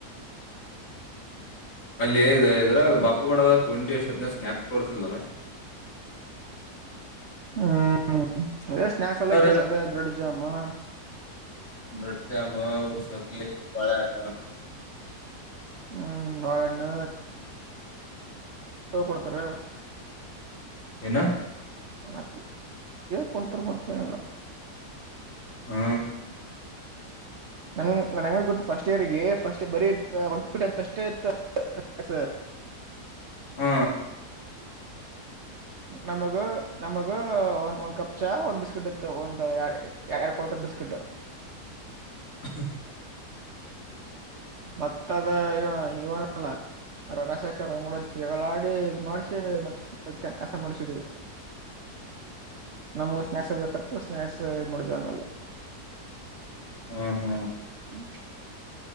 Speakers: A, on the left; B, on the right.
A: ಅಲ್ಲಿ ಇದ್ರ ಬಾಪು ಕೂಡದ ಕುಂಟಿ ಎಷ್ಟು ಹೊತ್ತಿನ ಸಾಥ್ ಕೊಡ್ತಿಲ್ಲ್ಲ ಹ್ಮ್ಮ್.
B: ಹ್ಮ್ ಅದೇ ಸ್ನಾಯಕ್ಸ್ ಎಲ್ಲಕ್ಕ
A: ಏನ
B: ಏನದೇ ಬ್ರೆಡ್ ಜಾಮಾ
A: ಬ್ರೆಡ್ ಜಾಮ್ ಮವು ಶಕ್ಲಿ ಪಳಣ
B: ಹ್ಮ್ ಬಾಳೆಣ್ಣ ಕೊಡ್ತಾರ
A: ಏನು
B: ನ ಕೊಡ್ತಾರ ಗೊತ್ತಿಲ್ಲ
A: ಹ್ಮ
B: ನ ನ ಗೊತ್ತು ಫಸ್ಟ್ ಇಯರ್ಗೆ ಫಸ್ಟ್ರ್ ಬರೀ ಒನ್ ಟು ಟೆಂತ್ ಅಷ್ಟೇ ಇತ್ತು ಹ್ಮ್ಮ್.
A: ಹ್ಮ
B: ನಮಗ ನಮಗ ಒಂದ್ ಕಪ್ ಚಾ ಒಂದ್ ಬಿಸ್ಕೆಟ್ ಇತ್ತು ಒಂದ್ ಎರಡು ಕೊಡ್ತಾ ಇದ್ರು ಬಿಸ್ಕತ್
A: ಹ
B: ಮತ್ತ ಅದ ಇ ಇವನಲ್ಲ ಅರ ರಶೇಖರ್ ಅಂಗಡಜ್ಗಳಾಡಿ ಇದ್ ಮಾಡಸಿ ಮತ್ತ ಕೆಲಸ ಮಾಡಸಿದೀವಿ
A: ಹ್ಮ್ಮ್.
B: ನಮ್ಗೂ ಸ್ನಾಯಕ್ಸ್ ಬೇಕತ್ತು ಸ್ನಾಯಕ್ಸ್ ಮೂಡಿದ್ವಿ ಆಮೇಲೆ
A: ಹ್ಮ್ ಹ್ಮ್
B: ಹ್ಮ